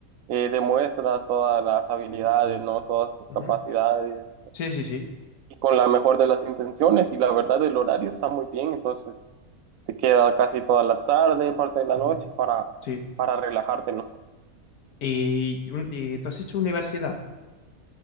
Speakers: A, on the right (about 70°); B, on the left (about 85°).
A: eh, demuestras todas las habilidades, ¿no? Todas tus
B: Ujú.
A: capacidades
B: Sí, sí, sí.
A: y con la mejor de las intenciones y la verdad el horario está muy bien, entonces te queda casi toda la tarde, parte de la
B: Ujú.
A: noche para,
B: Sí.
A: para relajarte, ¿no?
B: Y, un- y tú has hecho universidad.